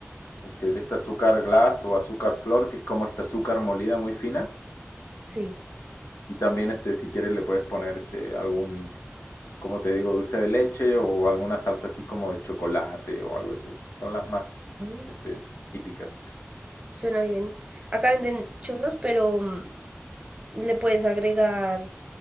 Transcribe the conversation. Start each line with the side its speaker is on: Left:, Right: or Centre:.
Left: este, de este azúcar glass o azúcar flor, que es como esta azúcar molida muy fina.
Right: Sí.
Left: Y también, este, si quieres, le puedes poner este, algún, como te digo, dulce de leche o alguna salsa así como de chocolate o algo así. Son las más
Right: Mm,
Left: este, típicas.
Right: Suena bien. Acá venden churros, pero mm, le puedes agregar